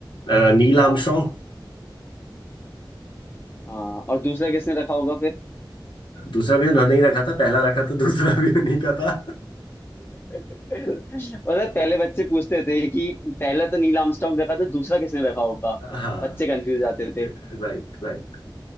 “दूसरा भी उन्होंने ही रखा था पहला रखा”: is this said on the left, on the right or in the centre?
Left